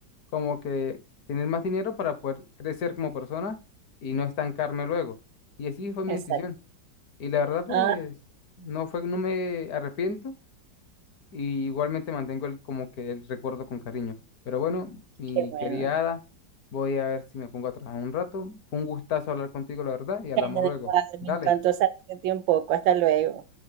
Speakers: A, on the left (about 60°); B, on the right (about 85°).
A: como que tener más dinero para poder crecer como persona y no estancarme luego. Y así fue mi
B: exacto.
A: decisión. Y la verdad, pues
B: Ah,
A: no fue, no me arrepiento y igualmente mantengo el, como que el recuerdo con cariño. Pero bueno, mi
B: qué bueno.
A: querida Ada, voy a ver si me pongo a trabajar un rato. Fue un gustazo hablar contigo, la verdad, y hablamos
B: Bueno,
A: luego.
B: igual,
A: Dale.
B: me encantó saberte de ti un poco. Hasta luego.